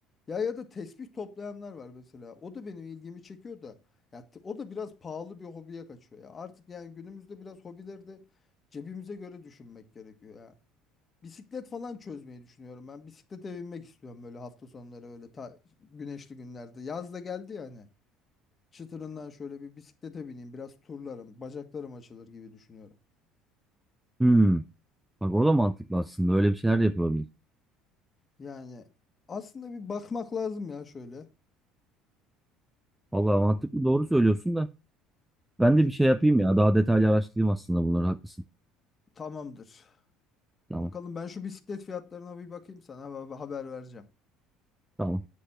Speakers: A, on the left; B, in the centre.
A: Ya ya da tesbih toplayanlar var mesela. O da benim ilgimi çekiyor da. Ya t- o da biraz pahalı bir hobiye kaçıyor ya. Artık yani günümüzde biraz hobileri de cebimize göre düşünmek gerekiyor ya. Bisiklet falan çözmeyi düşünüyorum ben. Bisiklete binmek istiyorum böyle hafta sonları öyle ta- güneşli günlerde. Yaz da geldi yani. Çıtırından şöyle bir bisiklete bineyim, biraz turlarım, bacaklarım açılır gibi düşünüyorum.
B: Hmm. Bak o da mantıklı aslında. Öyle bir şeyler de yapılabilir.
A: Yani aslında bir bakmak lazım ya şöyle.
B: Vallahi mantıklı doğru söylüyorsun da ben
A: Bir
B: de bir şey yapayım ya. Daha detaylı araştırayım aslında bunları. Haklısın.
A: tamamdır.
B: Tamam.
A: Bakalım ben şu bisiklet fiyatlarına bir bakayım sana haber haber vereceğim.
B: Tamam.